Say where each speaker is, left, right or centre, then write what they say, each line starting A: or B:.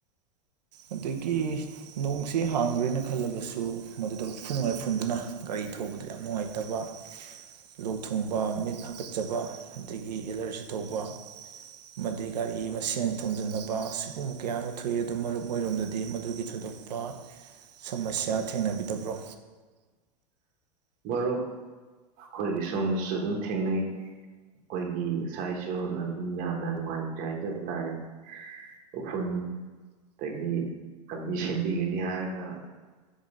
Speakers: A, on the right; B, on the right.
A: ꯑꯗꯒꯤ ꯅꯣꯡꯁꯤ ꯍꯥꯡꯈ꯭ꯔꯦꯅ ꯈꯜꯂꯕꯁꯨ ꯃꯗꯨꯗ ꯎꯐꯨꯟ ꯅꯨꯡꯉꯥꯏꯐꯨꯟꯗꯨꯅ ꯒꯥꯔꯤ ꯊꯧꯕꯗ ꯌꯥꯝ ꯅꯨꯡꯉꯥꯏꯇꯕ ꯂꯣꯛ ꯊꯨꯡꯕ ꯃꯤꯠ ꯍꯥꯀꯠꯆꯕ ꯑꯗꯒꯤ ꯑꯦꯂꯔꯖꯤ ꯊꯧꯕ ꯑꯃꯗꯤ ꯒꯥꯔꯤ ꯃꯁꯦꯟ ꯊꯣꯝꯖꯤꯟꯅꯕ ꯁꯤꯒꯨꯝꯕ ꯀꯌꯥ ꯑꯃ ꯊꯣꯛꯏ ꯑꯗꯨ ꯃꯔꯨꯞ ꯍꯔꯣꯝꯗꯗꯤ ꯃꯗꯨꯒꯤ ꯊꯣꯏꯗꯣꯛꯄ ꯁꯃꯁ꯭ꯌꯥ ꯊꯦꯡꯅꯕꯤꯗꯕ꯭ꯔꯣ
B: ꯃꯔꯨꯞ ꯑꯩꯈꯣꯏꯒꯤ ꯁꯣꯝꯅꯁꯨ ꯑꯗꯨꯝ ꯊꯦꯡꯅꯩ ꯑꯩꯈꯣꯏꯒꯤ ꯉꯁꯥꯏꯁꯨ ꯂꯝꯕꯤ ꯌꯥꯝꯅ ꯅꯨꯡꯉꯥꯏꯇ꯭ꯔꯦ ꯍꯥꯏꯖꯕ ꯇꯥꯔꯦ ꯎꯐꯨꯜ ꯑꯗꯒꯤ ꯂꯝꯕꯤ ꯁꯦꯝꯕꯤꯒꯅꯤ ꯍꯥꯏꯔꯒ